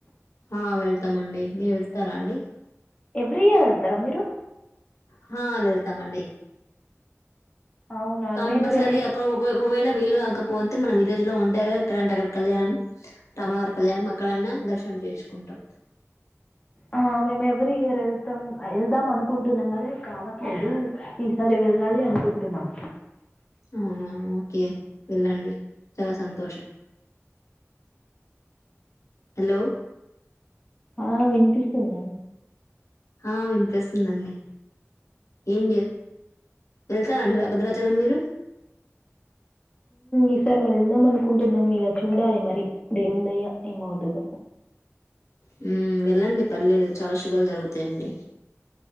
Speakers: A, on the left; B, on the left.
A: ఆ వెళ్తామండి మీరు ఎళ్తారా అండి
B: ఎవ్రీ ఇయర్ ఎళ్తారా మీరు
A: హా వెళ్తామండి
B: అవునా
A: కంపల్సారి
B: నేను వెళ్
A: ఎక ఉకెకూ ఒకవేళ వీళ్లు గాకపోతే మనం విలేజ్ లో ఉంటే ఎక్కడంట అక్కడ కళ్యాణం రామ వారి కళ్యాణం అక్కడన్నా దర్శనం చేయిచుకుంటాం
B: ఆ మేము ఎవ్రీ ఇయర్ వెళ్తాం ఎళ్దాం అనుకుంటున్నాం గాని కావట్లేదు ఈసారి వెళ్ళాలి అనుకుంటున్నాం
A: అవునా ఓకే వెళ్ళండి చాలా సంతోషం హలో
B: ఆ వినిపిస్తుందా
A: ఆ వినిపిస్తుందండి ఏం జె వెళ్తారాండి ర భద్రాచలం మీరు
B: ఈసారి వెళ్దాం అనుకుంటున్నాం ఇగ చూడాలి మరి దేవుని దయ ఏమవుతదో
A: హ్మ్ వెళ్ళండి పర్లేదు చాలా శుభాలు జరుగుతాయండి